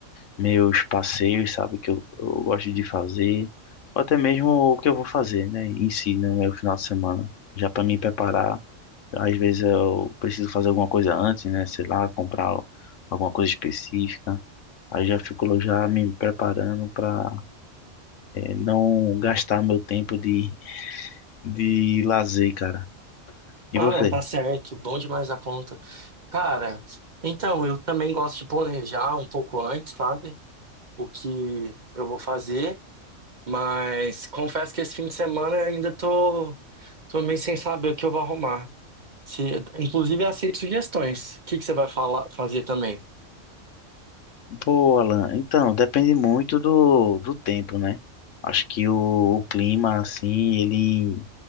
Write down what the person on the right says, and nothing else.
Ah,
não, tá certo, bom demais a conta. Cara, então, eu também gosto de planejar um pouco antes, sabe? O que eu vou fazer, mas confesso que esse fim de semana eu ainda tô, tô meio sem saber o que eu vou arrumar. Se, inclusive, aceito sugestões. O que que você vai falar, fazer também?